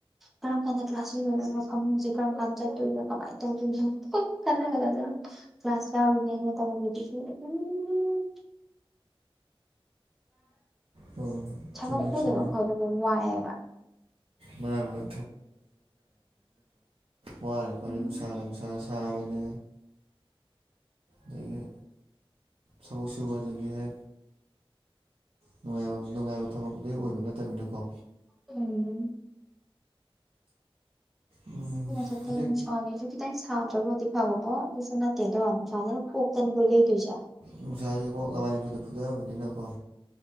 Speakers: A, in the centre; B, on the right.
A: ꯀꯔꯝ ꯀꯥꯟꯗ ꯀ꯭ꯂꯥꯁ ꯂꯣꯏꯔꯒꯦ ꯀꯥꯟ ꯇ ꯀꯃꯥꯏ ꯇ ꯀꯥꯟꯒ ꯀ꯭ꯂꯥꯁ ꯌꯥꯗꯤ ꯎꯝ
B: ꯍꯣꯏ ꯍꯣꯏ
A: ꯊꯕꯛ
B: ꯆꯨꯝꯃꯤ
A: ꯄꯨꯗꯕ
B: ꯆꯨꯝꯃꯤ
A: ꯈꯣꯗꯕ ꯋꯥꯏꯑꯦꯕ
B: ꯃꯥꯅ ꯃꯥꯅ ꯋꯥꯔꯄꯅꯤ
A: ꯎꯝ
B: ꯅꯨꯡꯁꯥꯒ ꯅꯨꯡꯁꯥꯒ ꯁꯥꯕꯅꯤ ꯌꯦꯉ ꯁꯃꯛ ꯁꯕ ꯑꯗꯨꯕꯤ ꯍꯦ ꯅꯨꯡꯕ ꯅꯨꯡꯉꯥꯏꯕ ꯊꯕꯛꯇꯗꯨ ꯑꯣꯏꯕ ꯅꯠꯇꯕꯅꯤꯅꯀꯣ
A: ꯎꯝ
B: ꯎꯝ
A: ꯁꯛꯇꯣꯏ
B: ꯍꯧꯖꯤꯛ
A: ꯑꯅꯤꯁꯨ ꯐꯤ ꯇꯇꯩ ꯁꯥꯥ ꯣꯗꯤ ꯐꯥꯕꯣ ꯑꯗꯨꯁꯨꯅ ꯊꯦꯔ ꯍꯥꯜ ꯑ ꯈ ꯆꯕꯨ ꯌꯥꯏ ꯇꯨꯖꯥ
B: ꯅꯨꯡꯁꯥꯁꯨꯐꯥꯎ ꯂꯋꯥꯏꯅꯤꯨ ꯐꯨꯊꯑꯕꯅꯤꯅꯀꯣ